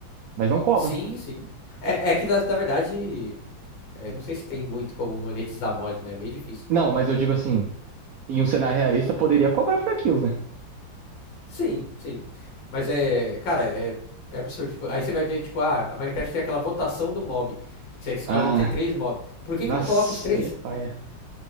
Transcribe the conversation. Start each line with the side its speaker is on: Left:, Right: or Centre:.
Right: Mas não cobram.
Left: Sim, sim. É, é que, na, na verdade, é, não sei se tem muito como monetizar mod, né? É meio difícil.
Right: Não, mas eu digo assim, em um cenário realista poderia cobrar por aquilo, né?
Left: Sim, sim. Mas é, cara, é, é absurdo. Tipo, aí você vai ver, tipo, ah, a Minecraft tem aquela votação do mob, que você escolhe
Right: Ah,
Left: entre três mobs. Por que
Right: nossa,
Left: que não coloca os três?
Right: daí é paia.